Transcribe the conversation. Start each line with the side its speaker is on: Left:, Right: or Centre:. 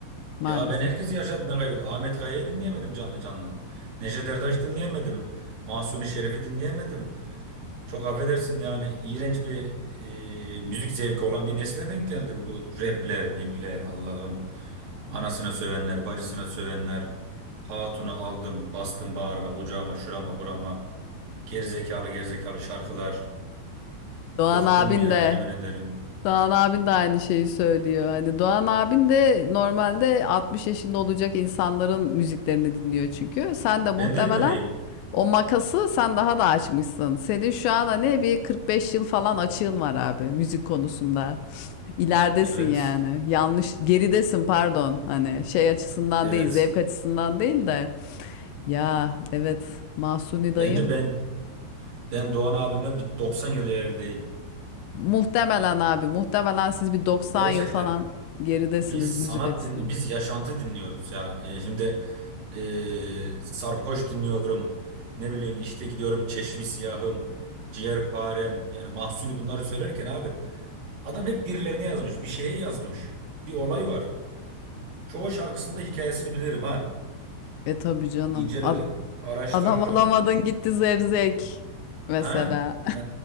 Left: maalesef.
Right: Ya ben herkesi yaşadığından kaybettim. Ahmet Kaya'yı dinleyemedim canlı canlı. Neşet Ertaş dinleyemedim. Mahsuni Şerif'i dinleyemedim. Çok affedersin yani iğrenç bir e, müzik zevki olan bir nesile denk geldim. Bu rapler, mipler Allah'ım. Anasına sövenler, bacısına sövenler. Hatunu aldım, bastım bağrıma, kucağıma, şurama, burama. Gerizekalı gerizekalı şarkılar.
Left: Doğan
Right: Bıktım
Left: abin
Right: ya
Left: de
Right: yemin ederim.
Left: Doğan abin de aynı şeyi söylüyor. Hani Doğan abin de normalde 60 yaşında olacak insanların müziklerini dinliyor çünkü. Sen de muhtemelen
Right: Ben de hep öyleyim.
Left: o makası sen daha da açmışsın. Senin şu an hani bir 45 yıl falan açığın var abi müzik konusunda. İleridesin
Right: Evet.
Left: yani. Yanlış, geridesin pardon. Hani şey açısından
Right: Evet.
Left: değil, zevk açısından değil de. Ya evet, Mahsuni dayım
Right: Bence ben ben Doğan abimle bir 90 yıl ilerideyim.
Left: muhtemelen abi, muhtemelen siz bir 90
Right: Gerçekten.
Left: yıl falan geridesiniz
Right: Biz sanat
Left: müzik açısından.
Right: din, biz yaşantı dinliyoruz ya. E, şimdi e, sarhoş dinliyorum. Ne bileyim işte gidiyorum Çeşmi Siyahım, Ciğerparem yani Mahsuni bunları söylerken abi Adam hep birilerine yazmış, bir şeye yazmış. Bir olay var. Çoğu şarkısında hikayesini bilirim ha.
Left: E tabii canım.
Right: İncelerim,
Left: Ad-
Right: araştırırım.
Left: adam alamadın gitti zevzek mesela.
Right: Ha? Ee,